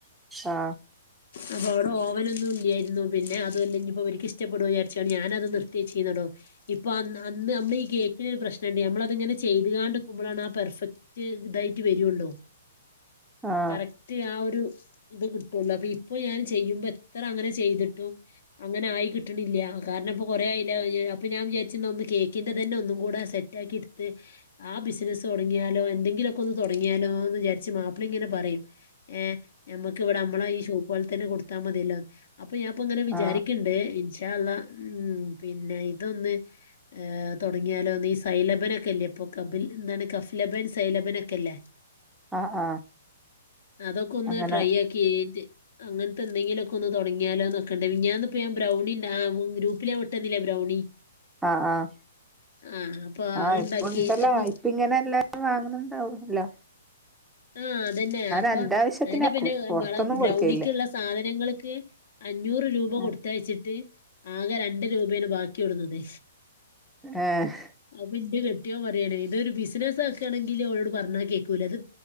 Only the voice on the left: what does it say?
അപ്പൊ അവിടെ ഓവനൊന്നും ഇല്ലായിരുന്നു. പിന്നെ അത് അല്ലെ ഇപ്പോ ഓരിക്ക് ഇഷ്ടപ്പെടു വിചാരിച്ചാണ് ഞാൻ അത് നിർത്തിവെച്ചിട്ടുന്നടോ. ഇപ്പൊ അന്ന് അന്ന് നമ്മ ബ് ഈ കേക്കിന് ഒരു പ്രശ്നമുണ്ട് നമ്മള തിങ്ങനെ ചെയ്തുകൊണ്ട് നിക്കുമ്പോഴാണ് ആ പെർഫെക്റ്റ് ഇതായിട്ട് വരുള്ളൂ
കറക് ആ ഒരു ഇത് കിട്ടുള്ളൂ അപ്പൊ ഇപ്പൊ ഞാൻ ചെയ്യുമ്പോ എത്ര അങ്ങനെ ചെയ്തിട്ടും അങ്ങനെ ആയി കിട്ടണില്ല കാരണം ഇപ്പൊ കൊറേആയില്ലേ അപ്പോ ഞാൻ വിചാരിച്ച് ഒന്ന് കേക്കിൻ്റെ തന്നെ ഒന്നുകൂടെ സെറ്റാക്കി എടുത്ത് ആ ബിസിനസ്സ് തുടങ്ങിയാലോ എന്തെങ്കിലുമൊക്കെ ഒന്ന് തുടങ്ങിയാലോ എന്ന് വിചാരിച്ച് മാപ്പിള ഇങ്ങനെ പറയും ഏഹ് നമ്മക്ക് ഇവിടെ നമ്മളെ ഈ ഷോപ്പുകളിൽ തന്നെ കൊടുത്താ മതിയല്ലോ? അപ്പൊ ഞാൻപ്പൊ ഇങ്ങനെ വിചാരിക്കണ്ട്
ഇൻഷാ അള്ളാ ഉം പിന്നെ ഇതൊന്ന് ഏഹ് തുടങ്ങിയാലോന്ന് ഈ സൈലബനൊക്കെ അല്ലേ ഇപ്പൊ കമ്പിനി എന്താണ് കഫലബൻ സൈലബൻ ഒക്കെ അല്ലേ.
അതൊക്കെ ഒന്ന്
ട്രൈ ആക്കിട്ട് അങ്ങനത്തെ എന്തെങ്കിലുമൊക്കെ ഒന്ന് തുടങ്ങിയാലോന്നൊക്കേണ്ട് ഞാനിപ്പോ ബ്രൗണി ഉണ്ടാ ആ ഗ്രൂപ്പില് ഞാൻ വിട്ടന്നില്ലേ ബ്രൗണി
ആ അപ്പൊ
അതുണ്ടാക്കി
അപ്പൊ
ആഹ് അതു തന്നെയ അപ്പൊ
അതെ പിന്നെ നമ്മടെ
ബ്രൗണിക്കുള്ള
സാധനങ്ങൾക്ക് അഞ്ഞൂറ് രൂപ
കൊടുത്തയച്ചിട്ട് ആകെ രണ്ട് രൂപയാണ് ബാക്കി കൊടുന്നത്.
അപ്പൊ ഇന്റെ കെട്ടിയോൻ പറയാണ് ഇതൊരു ബിസിനസ് ആക്കാണെങ്കിൽ അവളോട് പറഞ്ഞാ കേക്കൂല അത്